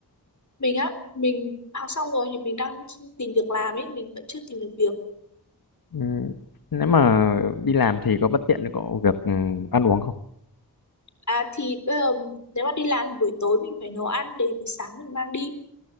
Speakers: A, on the left (about 45°); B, on the left (about 60°).
A: mình á mình học xong rồi thì mình đang tìm việc làm ấy mình vẫn chưa tìm được việc
B: Ừm, nếu mà đi làm thì có bất tiện cho cậu việc ừm, ăn uống không
A: à thì bây giờ nếu mà đi làm thì buổi tối mình phải nấu ăn để buổi sáng mình mang đi